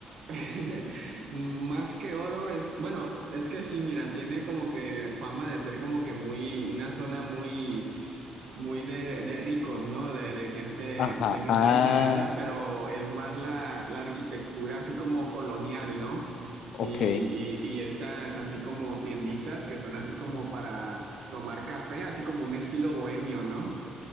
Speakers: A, on the right; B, on the left.
A: <laughs> Más que oro es, bueno, es que sí, mira, tiene como que fama de ser como que muy, una zona muy, muy de, de ricos, ¿no? De, de gente,
B: Ajá.
A: de gente
B: Ah,
A: adinerada, pero es más la, la arquitectura así como colonial, ¿no?
B: ok.
A: Y, y, y estas así como tienditas que son así como para tomar café, así como un estilo bohemio, ¿no?